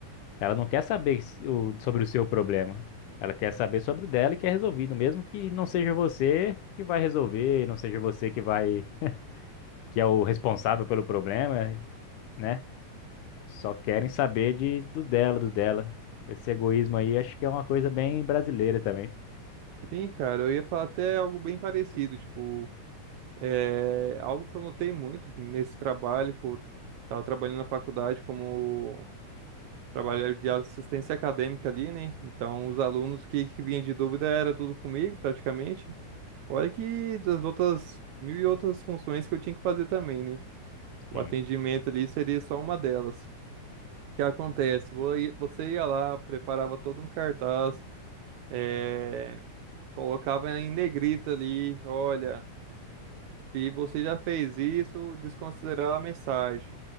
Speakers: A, on the left; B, on the right.
A: ela não quer saber se- o- sobre o seu problema. Ela quer saber sobre o dela e quer resolvido, mesmo que não seja você que vai resolver, não seja você que vai, que é o responsável pelo problema, né? Só querem saber de do dela, do dela. Esse egoísmo aí acho que é uma coisa bem brasileira também.
B: Sim, cara, eu ia falar até algo bem parecido, tipo, é algo que eu notei muito nesse trabalho que eu tava trabalhando na faculdade como Trabalhei de assistência acadêmica ali, né? Então, os alunos que, que vinham de dúvida era tudo comigo, praticamente. Olha que das outras mil e outras funções que eu tinha que fazer também, né? O
A: Sim.
B: atendimento ali seria só uma delas. O que acontece? Vo- Você ia lá, preparava todo um cartaz, eh, colocava em negrita ali, olha, se você já fez isso, desconsiderar a mensagem.